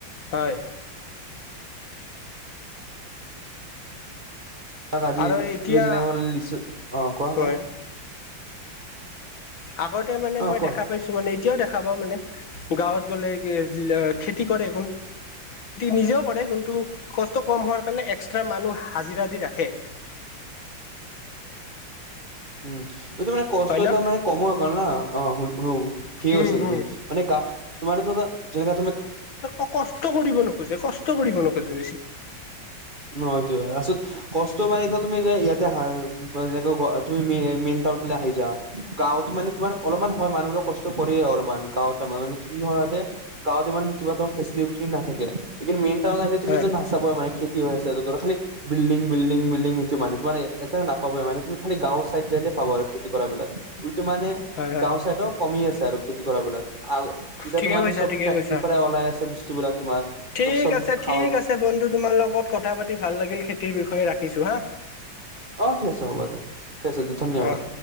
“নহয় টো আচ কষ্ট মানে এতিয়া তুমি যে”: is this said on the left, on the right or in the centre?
Right